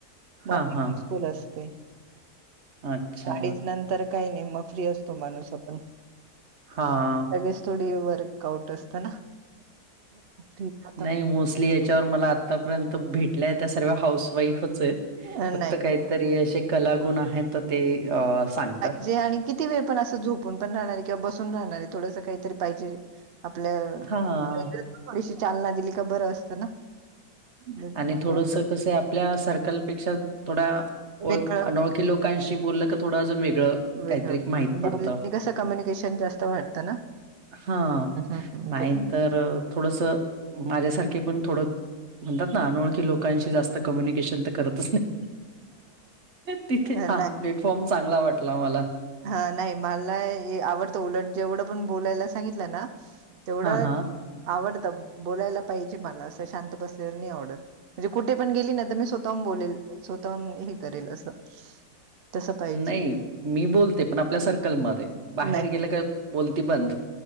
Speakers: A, on the right; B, on the right.
A: म
B: हा हा
A: <inaudible> स्कूल असते
B: अच्छा
A: अडीच नंतर काही नाही मग फ्री असतो माणूस आपण.
B: हां.
A: सगळेच थोडी वर्क आउट असत ना? फ्री होतं.
B: नाही मोस्टली याच्यावर मला आ- आतापर्यंत भेटल्या, त्या सर्व हाऊस वाईफच आहेत,
A: अ,
B: फक्त
A: नाही, नाही.
B: काहीतरी अशे- कलागुण आहेत तर ते अ सांगतात.
A: जे आणि कि- किती वेळ पण असं झोपून पण राहणार किंवा बसून राहणार आहे, थोडसं काहीतरी पाहिजे. आपल्या
B: हां
A: <inaudible> थोडीशी चालना दिली का बर असतं ना. नाही
B: आणि
A: तर मग
B: थोडस
A: काय
B: कसं आहे, आपल्या सर्कलपेक्षा थोडा- ओळख्
A: वेगळं
B: अनोळखी लोकांशी बोललं का थोडं अजुन वेगळं-
A: वेगळ.
B: काहीतरी माहीत पडतं.
A: बोलण्याने कसं कम्युनिकेशन जास्त वाटतं ना?
B: हां,
A: हं, हं.
B: नाही
A: ते
B: तर थोडस माझ्यासारखे पण थोडं- म्हणतात ना, अनोळखी लोकांशी जास्त कम्युनिकेशन तर करतच नाही. तिथे
A: अ,
B: हा, प्लेटफॉर्म चांगला वाटला मला.
A: हां, नाही मला हे आवडतं, उलट जेवढं पण बोलायला सांगितलं ना- तेवढं
B: हां, हां.
A: आवडतं बोलायला पाहिजे मला, असं शांत बसलेल नाही आवडत. म्हणजे कुठे पण गेली ना, तर मी स्वतःहून बोलेल स्वतःहून हे करेल असं.
B: <inaudible>
A: तसं पाहिजे
B: नाही, मी बोलते, पण आपल्या सर्कलमध्ये बाहेर
A: नाही
B: गेलं का बोलती बंद.